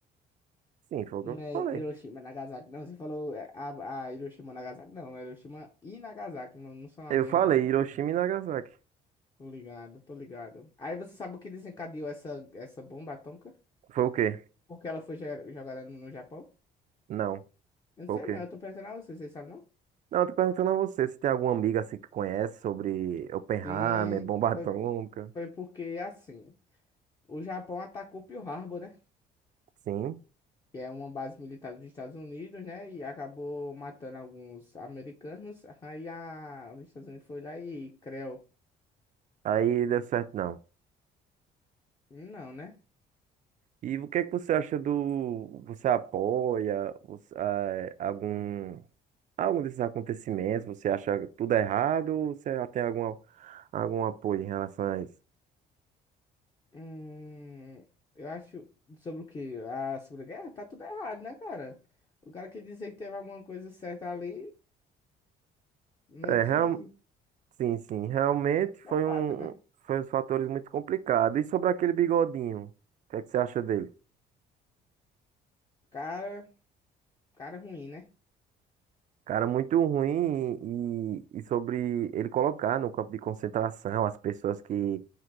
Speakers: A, on the right (about 50°); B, on the left (about 25°).
A: Sim, foi o
B: Não
A: que eu
B: é
A: falei.
B: Hiroshima, Nagasaki, não. Você falou é, a, a Hiroshima, Nagasaki, não. É Hiroshima e Nagasaki, não, não são a
A: Eu
B: mesma
A: falei
B: bomba.
A: Hiroshima e Nagasaki.
B: Tô ligado, tô ligado. Aí você sabe o que desencadeou essa, essa bomba atômica?
A: Foi o quê?
B: Porque ela foi ge- jogada no, no Japão?
A: Não.
B: Eu não
A: Foi
B: sei
A: o quê?
B: não, eu tô perguntando a você, vocês sabem não?
A: Não, eu tô perguntando a você se tem alguma amiga assim que conhece sobre Oppenheimer,
B: Sim,
A: bomba
B: foi,
A: atômica.
B: foi porque assim, o Japão atacou Pearl Harbor, né?
A: Sim.
B: que é uma base militar dos Estados Unidos, né? E acabou matando alguns americanos. Aí a, os Estados Unidos foi lá e creu.
A: Aí deu certo, não.
B: Não, né?
A: E o que é que você acha do. Você apoia você, eh, algum, algum desses acontecimentos? Você acha tudo errado? Ou você já tem alguma, algum apoio em relação a isso?
B: Hum, eu acho sobre o quê? A Segunda Guerra? Tá tudo errado, né, cara? O cara que dizer que teve alguma coisa certa ali, meio
A: É,
B: que
A: real, sim, sim. Realmente
B: é psicopata,
A: foi um,
B: né?
A: foi uns fatores muito complicados. E sobre aquele bigodinho? O que é que você acha dele?
B: Cara, cara ruim, né?
A: Cara, muito ruim e, e sobre ele colocar no campo de concentração as pessoas que,